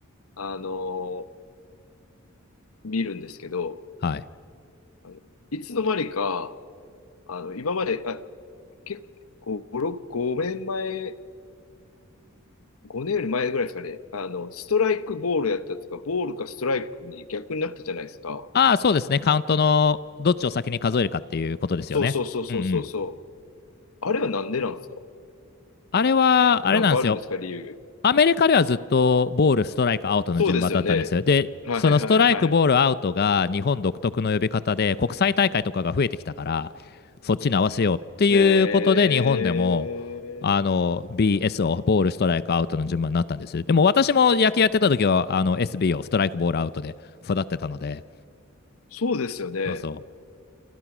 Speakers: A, on the left; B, on the left.
A: あの、見るんですけど、
B: はい。
A: あのいつの間にか、あの、今まで、あ、結構、5、6、5年前、5年より前ぐらいですかね、あの、ストライクボールやったとか、ボールかストライクに逆になったじゃないですか。
B: ああ、そうですね。カウントのどっちを先に数えるかっていうことですよね。
A: そうそうそうそうそうそう。
B: うんうん。
A: あれはなんでなんですか
B: あれは、あれなんですよ。
A: なんかあるんですか、理由。
B: アメリカではずっとボール、ストライク、アウトの順番だったんですよ。
A: そうですよね。
B: で、
A: はいはいはい。
B: そのストライク、ボール、アウトが日本独特の呼び方で、国際大会とかが増えてきたから、そっちに合わせようっていうことで、
A: へえ。
B: 日本でも、あの、BS をボール、ストライク、アウトの順番になったんです。でも私も野球やってた時は、あの、SB をストライク、ボール、アウトで育ってたので、
A: そうですよね。
B: そうそう。